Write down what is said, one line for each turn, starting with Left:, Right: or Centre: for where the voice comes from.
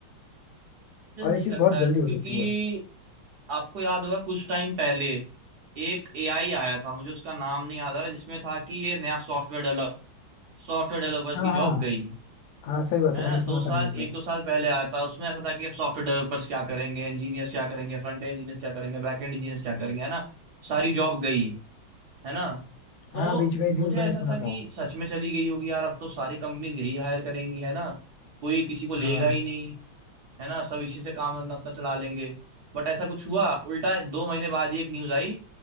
Right: मुझे
Left: और
Right: नहीं
Left: ये चीज
Right: लगता
Left: बहुत
Right: है
Left: जल्दी
Right: ऐसा
Left: हो
Right: क्योंकि
Left: सकती है
Right: आपको याद होगा कुछ टाइम पहले एक एआई आया था मुझे उसका नाम नहीं याद आ रहा जिसमें था कि ये नया सॉफ्टवेयर डेवलप सॉफ्टवेयर डेवलपर्स
Left: हाँ
Right: की
Left: हाँ
Right: जॉब गई
Left: हाँ सही बात
Right: है
Left: है मैंने
Right: ना दो
Left: सुना
Right: साल
Left: था न्यूज
Right: एक
Left: में
Right: दो साल पहले आया था उसमें ऐसा था कि अब सॉफ्टवेयर डेवलपर्स क्या करेंगे इंजीनियर्स क्या करेंगे फ्रंट एंड इंजीनियर्स क्या करेंगे बैक एंड इंजीनियर्स क्या करेंगे है ना सारी जॉब गई है ना तो
Left: हाँ बीच में न्यूज
Right: मुझे
Left: मैंने
Right: ऐसा
Left: सुना
Right: था कि
Left: था
Right: सच में चली गई होगी यार अब तो सारी कंपनीज यही हायर करेंगी है ना कोई किसी को लेगा
Left: हाँ
Right: ही नहीं है ना सब इसी से काम धंधा अपना चला लेंगे बट ऐसा कुछ हुआ उल्टा दो महीने बाद ही एक न्यूज आई